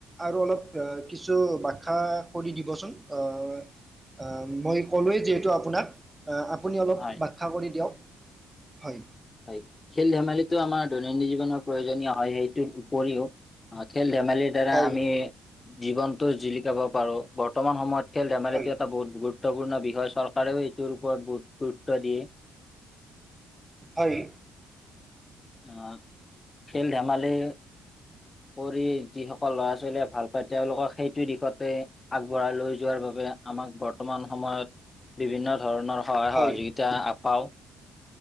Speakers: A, on the right (about 15°); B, on the left (about 30°).
A: আৰু অলপ কিছু বাখ্যা কৰি দিবচোন আহ আ-ম মই ক'লোৱেই যিহেতু আপোনাক। আ আপুনি অলপ
B: হয়
A: বাখ্যা কৰি দিয়ক হয়।
B: হয় খেল ধেমালিটো আমাৰ দৈনন্দিন জীৱনৰ প্ৰয়োজনীয় হয় সেইটোৰ উপৰিও অ', খেল ধেমালিত দ্বাৰা
A: হয়
B: আমি জীৱনতো জিলিকাব পাৰো বৰ্তমান সময়ত খেল ধেমালিটো
A: হয়
B: এটা বহুত গুৰুত্ ত্বপূৰ্ণ বিষয় চৰকাৰেও এইটোৰ ওপৰত বহুত গুৰুত্ব দিয়ে।
A: হয়
B: অ খেল ধেমালি পঢ়ি যিসকল ল'ৰা -ছোৱালীয়ে ভাল পায় তেওঁলোকক সেইটো দিশতে আগবঢ়াই লৈ যোৱাৰ বাবে আমাক বৰ্তমান সময়ত বিভিন্ন ধৰণৰ সহায়
A: হয়
B: সহযোগিতা আ পাওঁ।